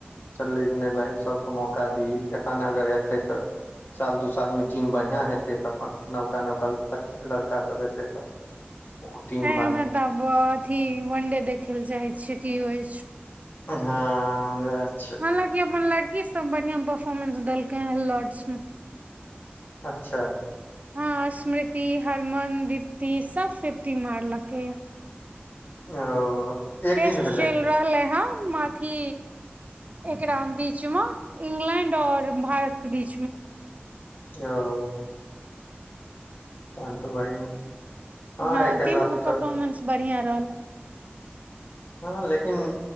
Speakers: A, on the left; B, on the right.
A: चललै जे नहि भाय सभके मौका ही एखन अगर हेतै तऽ साल दू साल मे टीम बढ़िया हेतै तऽ अपन नवका नवका लड़का सब हेतै तऽ ओ टीम
B: आइ
A: ब
B: तऽ आब अथी वन डे देखे ल चाहे छियै की होइ
A: हँ वैह छै
B: हांलाकि अपन लड़की सब बढ़ियां परफोर्मेंस देलकै ह लॉर्ड्स में
A: अच्छा
B: हॅं स्मृति हरमन दिप्ति सब फिफ्टी मारलक ये
A: ओ एक
B: टेस्ट
A: दिन भेलै
B: चलि रहलै हँ अथी एकरा बीच मे इंगलैंड और भारत के बीच मे
A: ओ तहन तऽ बढ़िया छै
B: हँ
A: आइ काल्हि
B: तीनू
A: आब
B: गो
A: तऽ
B: परफोर्मेंस बढ़िया रहलै
A: हँ लेकिन